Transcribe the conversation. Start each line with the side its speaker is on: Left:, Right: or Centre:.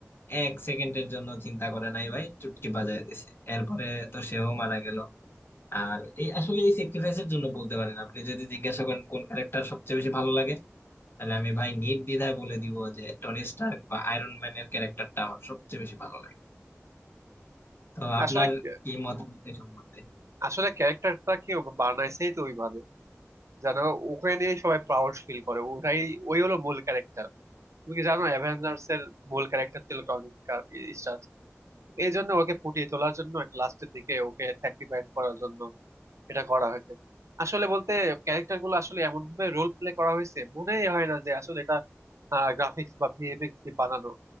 Left: এক সেকেন্ডের জন্য চিন্তা করে নাই ভাই চুটকি বাজায় দিছে এরপরে তো সেও মারা গেল আর এই আসলে এই স্যাক্রিফাইসের জন্য বলতে পারেন আপনি যদি জিজ্ঞাসা করেন কোন ক্যারেক্টার সবচেয়ে বেশি ভালো লাগে তাহলে আমি ভাই নির্দ্বিধায় বলে দিব যে টনি স্টার্ক বা আয়রন ম্যানের ক্যারেক্টারটা আমার সবচেয়ে বেশি ভালো লাগে তো আপনার
Right: আসলে কি-
Left: কি মতামত
Right: হুম।
Left: এই সম্বন্ধে
Right: আসলে ক্যারেক্টারটাকে বানাইছেই তো ওইভাবে যেন ওকে নিয়ে সবাই প্রাউড ফিল করে ওটাই ওই হলো মূল ক্যারেক্টার তুমি কি জানো অ্যাভেঞ্জার্স এর মূল ক্যারেক্টার ছিল টনি স্টার্ক এই জন্য ওকে ফুটিয়ে তোলার জন্য এটা লাস্টের দিকে ওকে স্যাক্রিফাইস করার জন্য এটা করা হয়েছে আসলে বলতে ক্যারেক্টার গুলো আসলে এমন ভাবে রোল প্লে করা হয়েছে মনেই হয় না যে আসলে এটা গ্রাফিক্স বা ভিএফএক্স দিয়ে বানানো